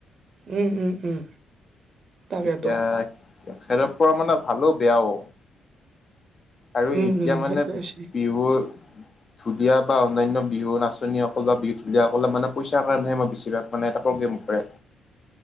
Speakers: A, on the right; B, on the left.
A: উম উম উম। তাকেতো
B: এতিয়া এক চাইডৰ পৰা মানে ভালো বেয়াও। আৰু
A: উম
B: এতিয়া
A: উম
B: মানে
A: সেইটোৱে হৈছে।
B: বিহু ঢুলীয়া বা অন্যান্য বিহু নাচনিসকল বা বিহু ঢুলীয়াসকলে মানে পইচাৰ কাৰণেহে মই বেছিভাগ মানে এটা প্ৰগ্ৰেম কৰে।